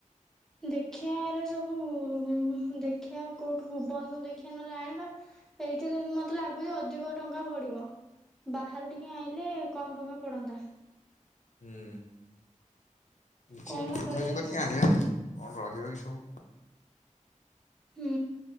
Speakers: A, in the centre; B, on the left.
A: ଦେଖିଆ ଏରେ ସବୁ ଉ ଦେଖିଆ କୋଉଠୁୁ ଭୁବନ ରୁ ଦେଖିଆ ନହେଲେ ଆଣିବା ଏଇଠି ତ ମତେ ଲାଗୁଛି ଅଧିକ ଟଙ୍କା ପଡିବ। ବାହାରୁ ଟିକେ ଆଇଁଲେ। କମ ଟଙ୍କା ପଡନ୍ତା।
B: ହୁଁ। କିଛି
A: କଣ
B: ଏଇଠି ବୁଝା
A: କରିବା
B: ବୁଝି
A: ଦେଖିବା
B: କରିକି ଆଣିଆ ହେରି କଣ ରହିବ ଏ ସବୁ।
A: ହୁଁ